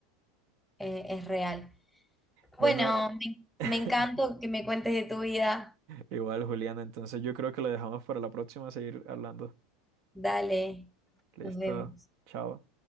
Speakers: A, in the centre; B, on the right (about 60°).
A: eh, es real.
B: Bueno,
A: Bueno,
B: eh,
A: me,
B: <laughs>
A: me encantó que me cuentes de tu vida.
B: igual Juliana, entonces yo creo que lo dejamos para la próxima, seguir hablando.
A: Dale,
B: Listo,
A: nos vemos.
B: chao.